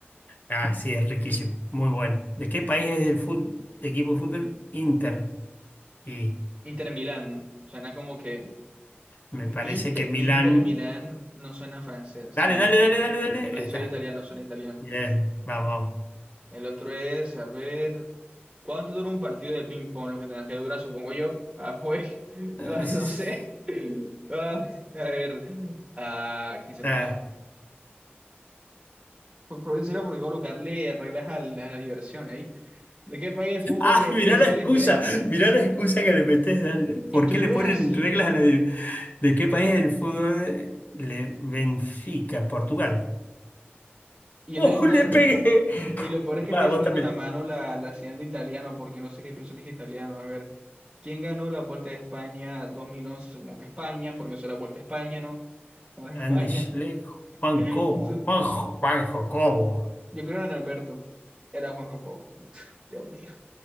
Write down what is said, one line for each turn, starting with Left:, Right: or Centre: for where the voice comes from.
Left: Ah, sí, es riquísimo. Muy bueno. ¿De qué país es el fut- equipo de fútbol? Inter. Y
Right: Inter Milán, suena como que.
Left: me parece
Right: Inter,
Left: que Milán.
Right: Inter Milán no suena francés,
Left: Dale,
Right: suena
Left: dale,
Right: italiano.
Left: dale, dale, dale.
Right: Suena,
Left: Ahí está.
Right: suena italiano, suena italiano.
Left: Bien, vamos.
Right: El otro es, a ver. ¿Cuánto dura un partido de ping-pong? Lo que tenga que durar, supongo yo. Ah, pues. <laughs>
Left: Es-
Right: ah, no sé. <laughs> Ah, a ver. Ah, 15
Left: <laughs>
Right: puntos.
Left: Ah,
Right: Por- por- En serio, porque voy a colocarle reglas a la, a la diversión ahí. ¿De qué país el fútbol
Left: Ah,
Right: es,
Left: mirá
Right: es
Left: la excusa.
Right: el beneficio?
Left: Mirá la excusa que le metés. dale. ¿Por
Right: Es que
Left: qué
Right: pero
Left: le ponen
Right: es así.
Left: reglas a la... ¿De qué país es el fútbol? Le... Benfica, Portugal. <laughs>
Right: Y yo
Left: ¡Uh,
Right: estoy haciendo.
Left: le pegué!
Right: co- co- Y lo peor es que estoy
Left: Va,
Right: haciendo
Left: vos también.
Right: con la mano la, la señal de italiano, porque no sé qué pienso que es italiano. A ver, ¿quién ganó la Vuelta de España 2011? Supongo que España, porque eso era Vuelta a España, ¿no? Ganó
Left: Andy
Right: España.
Left: Schleck, Juan
Right: <laughs>
Left: Cobo, Juanjo, Juanjo Cobo.
Right: Yo creo que era Alberto. Era Juan Jacobo. <laughs> Dios mío.